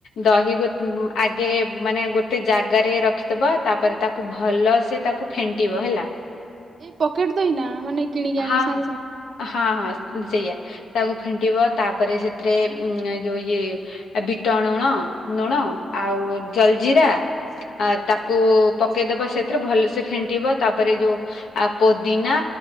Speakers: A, on the left (about 85°); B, on the right (about 60°).
A: ଦହି ଗୋ ଆଗେ ମାନେ ଗୋଟେ ଜାଗାରେ ରଖିଦବ। ତାପରେ ତାକୁ ଭଲ ସେ ତାକୁ ଫେଣ୍ଟିବ ହେଲା।
B: ଏଇ ପକେଟ ଦହି ନା ମାନେ କିଣିକି ଆଣି
A: ହଁ
B: ସାଙ୍ଗେ ସାଙ୍ଗେ।
A: ହଁ ହଁ ସେଇଆ। ତାକୁ ଫେଣ୍ଟିବ ତାପରେ ସେଥିରେ ଉ ଯୋଉ ଇଏ ବିଟ ଲୁଣ। ଲୁଣ
B: ହଁ
A: ଆଉ
B: ହଁ
A: ଜଲଜିିରା ଆ ତା କୁ ପକେଇଦବ ସେଥିରେ ଭଲ ସେ ଫେଣ୍ଟିବ ତାପରେ ଯୋଉ ଆ ପୋଦିନା।